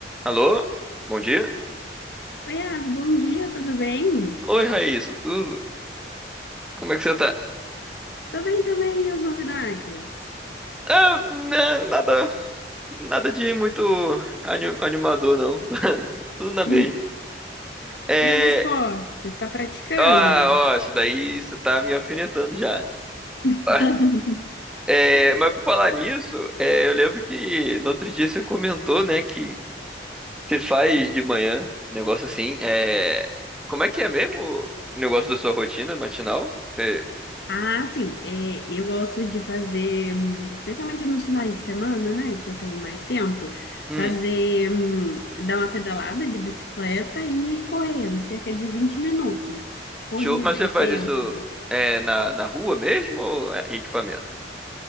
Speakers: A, in the centre; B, on the left.
A: Alô? Bom dia?
B: Oi, Iago, bom dia, tudo bem?
A: Oi, Raíssa, tudo? Como é que você tá?
B: Tô bem também, e as novidades?
A: Ah, né, nada, nada de muito ani- animador, não. <laughs> Tudo na mesma.
B: <laughs>
A: É,
B: E os esportes, tá praticando?
A: ó, ó, isso daí você tá me alfinetando já.
B: <laughs>
A: <laughs> É, mas por falar nisso, é, eu lembro que no outro dia você comentou, né, que você faz de manhã, um negócio assim. É, como é que é mesmo o negócio da sua rotina matinal? Você-
B: Ah, sim, é, eu gosto de fazer, hum, especialmente nos finais de semana, né, que eu tenho mais tempo,
A: hum,
B: fazer, hum, dar uma pedalada de bicicleta e correr, cerca de 20 minutos. Corrida
A: Show. Mas você
B: intensa.
A: faz isso é, na, na rua mesmo ou é em equipamento?